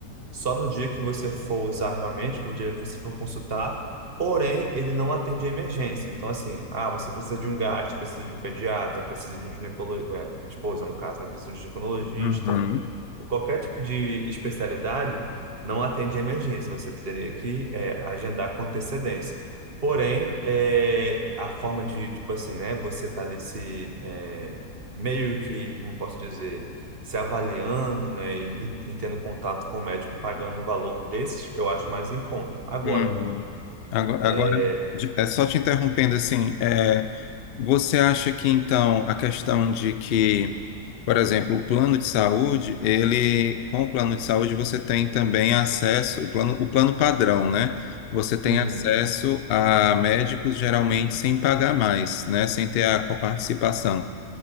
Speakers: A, on the right; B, on the left.
A: só no dia que você for usar realmente, que o dia que você for consultar, porém ele não atende a emergência. Então, assim, ah, você precisa de um gastro, precisa de um pediatra, precisa de um ginecologia, esposa no caso, né? Precisa de um ginecologista,
B: Uhum.
A: Qualquer tipo de especialidade não atende emergência, você teria que é, agendar com antecedência. Porém, é, a forma de, tipo assim, né, você tá ali se, é, meio que, como posso dizer, se avaliando, né, e, e tendo contato com o médico e pagando um valor desses, eu acho mais em conta. Agora,
B: Uhum. Ago- Agora,
A: é,
B: de- é só te interrompendo assim, é, você acha que então a questão de que, por exemplo, o plano de saúde, ele, com o plano de saúde você tem também acesso, o plano, o plano padrão, né? Você tem
A: uhum,
B: acesso a médicos geralmente sem pagar mais, né? Sem ter a coparticipação.